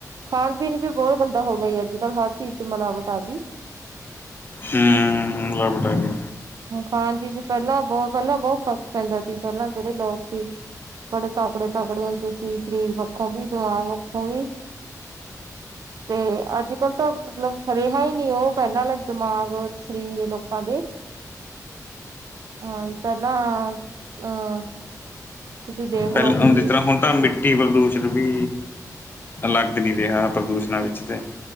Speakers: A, on the right; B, on the left.
A: ਖਾਣ ਪੀਣ ਵੀ ਬਹੁਤ ਗੰਦਾ ਹੋ ਗਈ ਅੱਜ ਕੱਲ੍ਹ ਹਰ ਚੀਜ਼ ਚ ਮਿਲਾਵਟ ਆ ਗਈ
B: ਹਮ ਲ ਬਟਾ ਕੇ
A: ਹਾਂਜੀੀ ਜ ਪਹਿਲਾਂ ਬਹੁਤ ਪਹਿਲਾਂ ਬਹੁਤ ਫ਼ਰਕ ਪੈਂਦਾ ਸੀ ਪਹਿਲਾਂ ਜਿਹੜੇ ਲੋਕ ਸੀ ਬੜੇ ਤਾਕੜੇ ਤਾਕੜੇ ਹੁੰਦੇ ਸੀ ਸਰੀਰ ਪੱਖੋਂ ਵੀ ਦਿਮਾਗ ਪੱਖੋਂ ਵੀ ਤੇ ਅੱਜ ਕੱਲ੍ਹ ਤਾਂ ਮਤਲਬ ਰਿਹਾ ਹੀ ਨਹੀਂੀ ਉਹ ਪਹਿਲਾਂ ਦਿਮਾਗ ਫਰੀ ਦੇ ਲੋਕਾਂ ਦੇ ਹਹ ਇਪਲਾਾਂ ਹਾਂ ਤੁਸੀਂ ਦੇਖਲੋ
B: ਪਹਿਲ
A: ਵੀ
B: ਜਿਸ ਤਰ੍ਹਾਂ ਹੁਣ ਤਾਂ ਮਿੱ ਰਟੀ ਪ੍ਰਦੂਸ਼ਿਤ ਵੀ ਅਲੱਗ ਨਹੀਂੀ ਰਿਹਾ ਪ੍ਰਦੂਸ਼ਣ ਵਿੱਚ ੱ ਤੇ